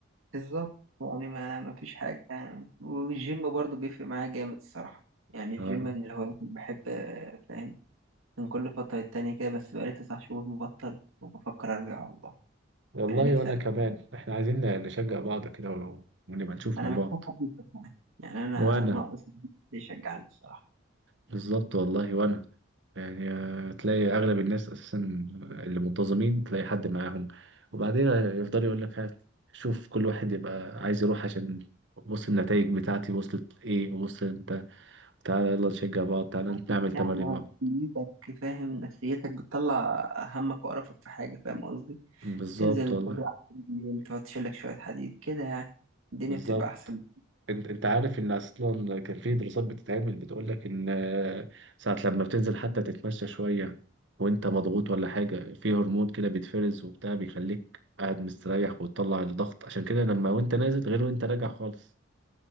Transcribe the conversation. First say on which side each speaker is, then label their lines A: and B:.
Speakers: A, on the right; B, on the right.
A: بالظبط يعني ما ما فيش حاجة يعني والجيم برضو بيفرق معايا جامد الصراحة يعني الجيم
B: اه
A: من الهوايات اللي بحب آه، فاهم من كل فترة التانية كده بس بقالي تسع شهور مبطل وبفكر أرجع والله
B: والله
A: يعني نفسي
B: وانا
A: أرجع
B: كمان احنا عايزين نشجع بعض كده ونبقى نشوف
A: أنا
B: مع بعض
A: محتاج حد يشجعني يعني أنا
B: وانا
A: ناقص حد يشجعني الصراحة
B: بالظبط والله وانا يعني آه، تلاقي اغلب الناس اساسا اللي منتظمين تلاقي حد معاهم وبعدين يفضل يقول لك ها شوف كل واحد يبقى عايز يروح عشان بص النتائج بتاعتي وصلت ايه وصل انت تعالى يلا نشجع بعض تعالى
A: لك
B: نعمل
A: يعني
B: تمارين مع بعض
A: نفسيتك فاهم نفسيتك بتطلع همك وقرفك في حاجة فاهم قصدي
B: بالظبط
A: تنزل
B: والله
A: تجري على التريدميل، تقعد تشيلك شوية حديد كده يعني الدنيا
B: بالظبط
A: بتبقى أحسن
B: انت انت عارف ان اصلا كان في دراسات بتتعمل بتقول لك ان آه، ساعة لما بتنزل حتى تتمشى شوية وانت مضغوط ولا حاجة في هرمون كده بيتفرز وبتاع بيخليك قاعد مستريح وتطلع الضغط عشان كده لما وانت نازل غير وانت راجع خالص